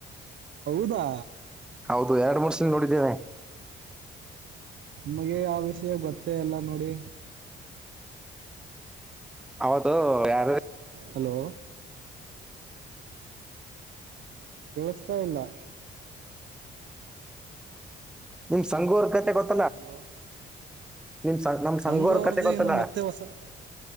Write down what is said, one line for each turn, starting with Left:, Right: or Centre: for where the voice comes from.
Right: ಹೌದಾ
Centre: ಹೌದು ಎರಡ್ ಮೂರ್ ಸಲ ನೋಡಿದ್ದೇನೆ
Right: ನಮಗೆ ಯಾವ ವಿಷಯ ಗೊತ್ತೇ ಇಲ್ಲಾ ನೋಡಿ
Centre: ಹೌದು ಯಾರು
Right: ಹಲೋ ಕೇಳಸ್ತಾ ಇಲ್ಲಾ
Centre: ನಿಮಗ ಸಂಗುವರ್ ಕತೆ ಗೊತ್ತ
Right: ಹಲೋ
Centre: ನಿಮ್
Right: ಸಂಗುಅವರದು
Centre: ಸಂಘೋರ್ ಕತೆ ಗೊತ್ತಲ್ಲ
Right: ಏನು ಮತ್ತೆ ಹೊಸಾ